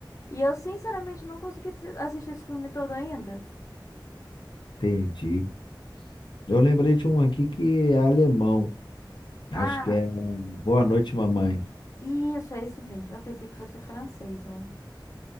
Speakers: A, on the left; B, on the left.
A: E eu, sinceramente, não consegui t- assistir esse filme todo ainda.
B: Entendi. Eu lembrei de um aqui que é alemão. Acho
A: Ah,
B: que é Boa Noite, Mamãe.
A: isso, é esse mesmo. Eu pensei que fosse francês, olha.